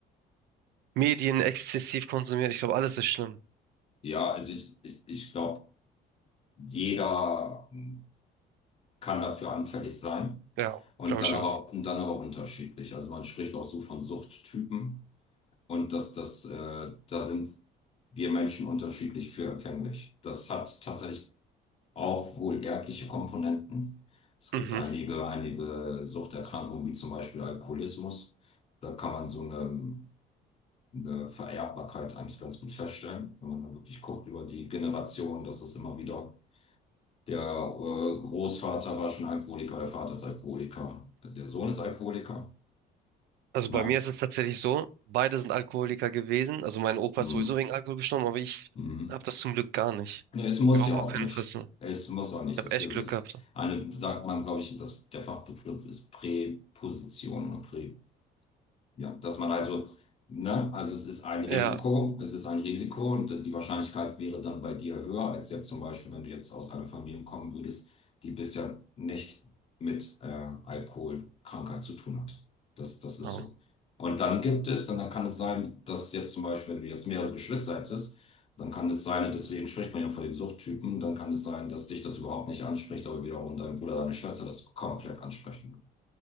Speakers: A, on the right; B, on the left.
A: Medien exzessiv konsumiert, ich glaube, alles ist schlimm.
B: ja, also ich, ich, ich glaube, jeder hm, kann dafür anfällig sein.
A: Ja,
B: Und
A: glaube
B: dann
A: ich
B: aber,
A: auch.
B: und dann aber unterschiedlich. Also man spricht auch so von Suchttypen. Und dass das, äh, da sind wir Menschen unterschiedlich für empfänglich. Das hat tatsächlich auch wohl erbliche Komponenten. Es
A: Mhm.
B: gibt einige, einige Suchterkrankungen, wie zum Beispiel Alkoholismus. Da kann man so eine, eine Vererbbarkeit eigentlich ganz gut feststellen, wenn man da wirklich guckt über die Generation, dass es immer wieder der äh, Großvater war schon Alkoholiker, der Vater ist Alkoholiker, der Sohn ist Alkoholiker.
A: Also
B: Na,
A: bei mir ist es tatsächlich so, beide sind Alkoholiker gewesen. Also mein Opa
B: mhm.
A: ist sowieso wegen Alkohol gestorben, aber ich
B: Mhm.
A: habe das zum Glück gar nicht.
B: Nee, es muss
A: Überhaupt
B: ja
A: auch
B: auch
A: kein
B: nicht.
A: Interesse.
B: Es muss auch nicht.
A: Ich habe
B: Das
A: echt
B: ist
A: Glück gehabt.
B: eine, sagt man, glaube ich, dass der Fachbegriff ist Präposition oder Prä. Ja, dass man also, ne, also es ist ein Risiko,
A: Ja,
B: es ist ein Risiko und die Wahrscheinlichkeit wäre dann bei dir höher als jetzt zum Beispiel, wenn du jetzt aus einer Familie kommen würdest, die bisher nicht mit äh, Alkoholkrankheit zu tun hat. Das, das ist
A: ja.
B: so. Und dann gibt es, dann, dann kann es sein, dass jetzt zum Beispiel, wenn du jetzt mehrere Geschwister hättest, dann kann es sein, und deswegen spricht man ja von den Suchttypen, dann kann es sein, dass dich das überhaupt nicht anspricht, aber wiederum dein Bruder, deine Schwester das komplett ansprechen.